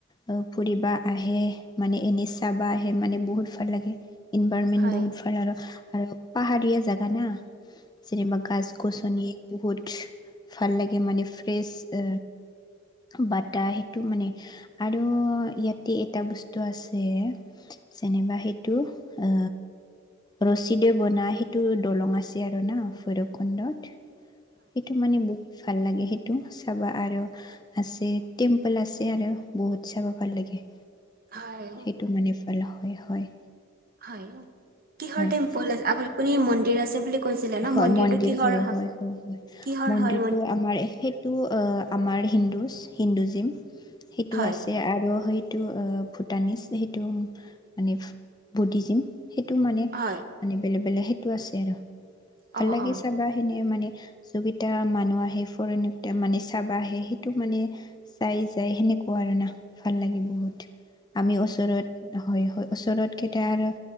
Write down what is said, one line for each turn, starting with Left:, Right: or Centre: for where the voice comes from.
Left: অ ফুৰিবা আহে মানে এনে চাবা আহে মানে বহুত ভাল লাগে। ইনভাৰমেন্
Right: হয়
Left: বহুত ভাল আৰু আৰু পাহাৰীয়া জাগা না, যেনিবা গছ- গছনি বহুত ভাল লাগে মানে, ফ্ৰেছ- এ বটা সেইটো মানে- আৰু ইয়াতে এটা বস্তু আছে। যেনিবা সেইটো অ ৰছীদে বনাই সেইটো দলং আছে আৰু ন, ফোৰৱ কন্দত, সেইটো মানে ব ভাল লাগে সেইটো চাবা আৰু আছে টেম্পল আছে আৰু। বহুত চাব ভাল লাগে।
Right: হয়।
Left: সেইটো মানে ফালা হয়, হয়।
Right: হয় কিহৰ
Left: হয়
Right: টেম্পল আছে, আপুনি মন্দিৰ আছে বুলি- কৈছিলে ন
Left: হয়
Right: মন্দিৰটো
Left: মন্দিৰ
Right: কিহৰ
Left: হয়, হয়, হয়, হয়
Right: কিহৰ
Left: মন্দিৰটো
Right: হয়
Left: আমাৰ সে টো অ আমাৰ হিন্দুজ হিন্দুজিম, সেইটো
Right: হয়
Left: আছে আৰু সেই সেটো অ ভূটানিজ সেইটো মানে বুদ্ধিজিম, সেইটো মানে-
Right: হয়
Left: মানে বেলেগ বেলেগ সেইটো আছে আৰু ভাল
Right: অ
Left: লাগি
Right: অ
Left: চাবা। তেনে মানে যোনগিটা মানুহ আহে ফৰেন মানে চাবা আহে সেইটো মানে- চাই যাই সেনেকুৱা আৰু না, ভাল লাগে বহুত আমি ওচৰত- হয়, হয় ওচৰত কেইটা আৰ